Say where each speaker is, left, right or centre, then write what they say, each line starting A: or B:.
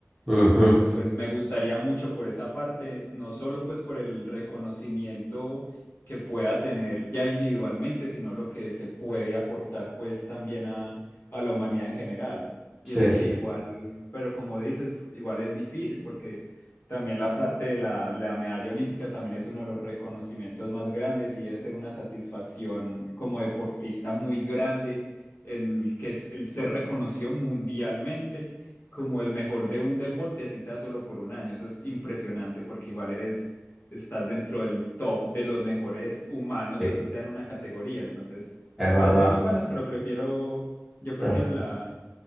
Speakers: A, in the centre; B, on the left.
A: Ujú.
B: Entonces, pues, me gustaría mucho por esa parte, no solo pues por el reconocimiento que pueda tener ya individualmente, sino lo que se puede aportar pues también a, a la humanidad en general. Y
A: Sí,
B: eso
A: sí,
B: que igual, pero como dices, igual es difícil porque también la parte de la, la medalla olímpica también es uno de los reconocimientos más grandes y debe ser una satisfacción como deportista muy grande el que es el ser reconocido mundialmente como el mejor de un deporte, así sea solo por un año. Eso es impresionante porque igual eres estás dentro del top de los mejores humanos,
A: sí,
B: así sea en una categoría. Entonces,
A: es verdad.
B: las dos son buenas, pero prefiero, yo prefiero
A: Es,
B: la,